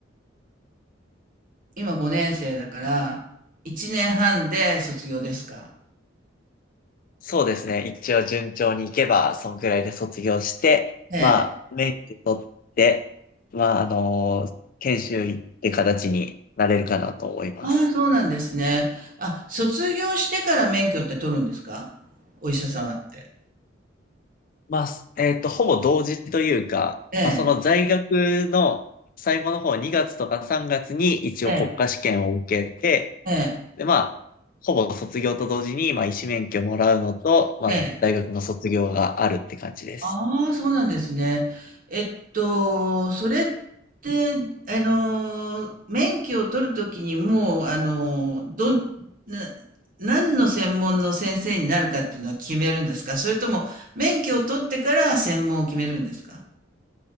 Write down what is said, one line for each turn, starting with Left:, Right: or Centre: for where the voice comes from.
Right: 今5年生だから、1年半で卒業ですか。
Left: そうですね。一応順調にいけば、そんくらいで卒業して、
Right: ええ。
Left: まあ、免許取って、まあ、あの研修医って形になれるかなと思います。
Right: ああ、そうなんですね。あ、卒業してから免許って取るんですかお医者様って。
Left: まあ、すえっと、ほぼ同時というか、
Right: ええ、
Left: まあ、その在学の最後の方、2月とか3月に一応国家試験を受けて、
Right: ええ、ええ、
Left: で、まあ、ほぼ卒業と同時に、まあ、医師免許もらうのと、まあ、
Right: ええ。
Left: 大学の卒業があるって感じです。
Right: ああ、そうなんですね。えっと、それって、あの、免許を取るときにもう、あの、どん、な、何の専門の先生になるかっていうのは決めるんですかそれとも、免許を取ってから専門を決めるんですか